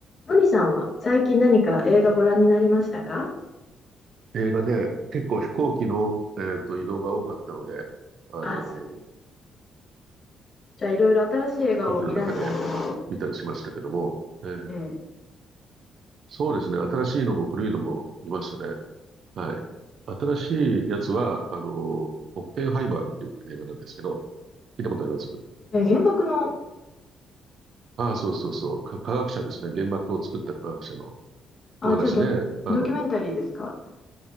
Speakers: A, on the left; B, on the right.
A: のりさんは最近何か映画ご覧になりましたか
B: 映画ね、結構飛行機の、えっと、移動が多かったので、あのー、
A: あ、すじゃあいろいろ新しい映画を見られたんですね。
B: 飛行機の中で見たりしましたけども、えー
A: え
B: そうですね、新しいのも古いのも見ましたね。はい。新しいやつは、あのー、オッペンハイマーっていう映画なんですけど、聞いたことあります
A: え、え原爆の、
B: ああ、そうそうそう、か科学者ですね、原爆を作った科学者の
A: あ、
B: お話で、
A: じゃあド、
B: あの、
A: ドキュメンタリーですか